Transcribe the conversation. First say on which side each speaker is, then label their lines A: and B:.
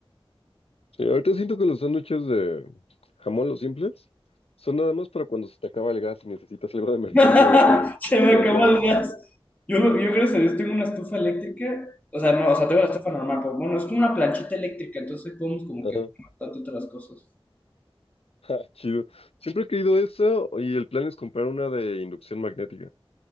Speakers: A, on the left (about 80°); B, on the left (about 15°).
A: Sí, ahorita siento que los sándwiches de jamón, los simples, son nada más para cuando se te acaba el gas y necesitas algo de emergencia
B: <laughs>
A: en lo que
B: Se me
A: te
B: acabó
A: lo entregan.
B: el gas. Yo, yo gracias a Dios tengo una estufa eléctrica. O sea, no, o sea, tengo la estufa normal, pero bueno, es como una planchita eléctrica, entonces podemos como
A: Ajá.
B: que bastante otras cosas.
A: <laughs> Ah, chido. Siempre he querido eso y el plan es comprar una de inducción magnética.